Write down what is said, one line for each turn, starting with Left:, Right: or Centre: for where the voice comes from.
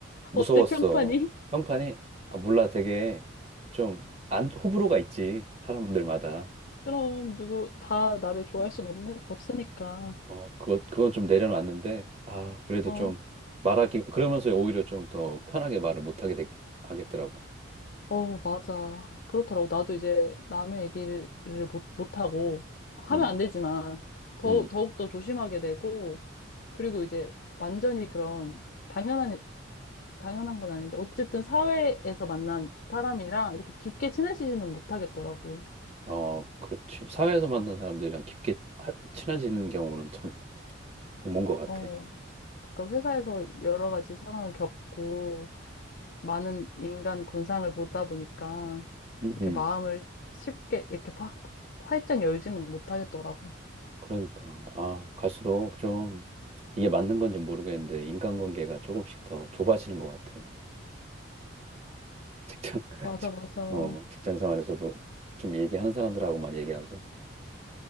Right: 무서웠어.
Left: 어때, 평판이?
Right: 평판이, 아, 몰라, 되게 좀, 안, 호불호가 있지. 사람들마다.
Left: 그럼, 누구, 다 나를 좋아할
Right: 음.
Left: 순 없는, 없으니까.
Right: 어, 그거, 그건 좀 내려놨는데, 아, 그래도
Left: 어,
Right: 좀 말하기, 그러면서 오히려 좀 더 편하게 말을 못하게 되, 하겠더라고.
Left: 어, 맞아. 그렇더라고. 나도 이제 남의 얘기를 못, 못하고, 하면
Right: 음,
Left: 안 되지만, 더,
Right: 음,
Left: 더욱더 조심하게 되고, 그리고 이제 완전히 그런 당연한 당연한 건 아닌데 어쨌든 사회에서 만난 사람이랑 이렇게 깊게 친해지지는 못하겠더라고.
Right: 어, 그렇지. 사회에서 만난 사람들이랑 깊게 하- 친해지는 경우는 참 드문 것 같아.
Left: 어, 그러니까 회사에서 여러 가지 상황을 겪고 많은 인간 군상을 보다 보니까
Right: 음,
Left: 이렇게
Right: 음.
Left: 마음을 쉽게 이렇게 팍 활짝 열지는 못하겠더라고.
Right: 그러니까, 아, 갈수록 좀 이게 맞는 건지 모르겠는데, 인간관계가 조금씩 더 좁아지는 것 같아. 직장, <laughs>
Left: 맞아,
Right: 직,
Left: 맞아. 어,
Right: 어, 직장 생활에서도 좀 얘기하는 사람들하고만 얘기하고.